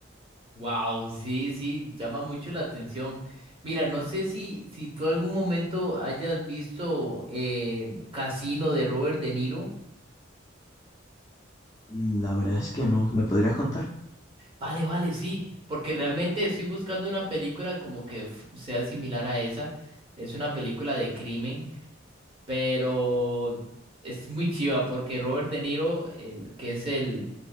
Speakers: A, on the right; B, on the left.
A: Wow, sí, sí, llama mucho la atención. Mira, no sé si si tú algún momento hayas visto eh, Casino de Robert De Niro.
B: Mm, La verdad es que no. ¿Me podrías contar?
A: Vale, vale, sí, porque realmente estoy buscando una película como que f- sea similar a esa. Es una película de crimen. pero es muy chiva porque Robert De Niro, el que es el,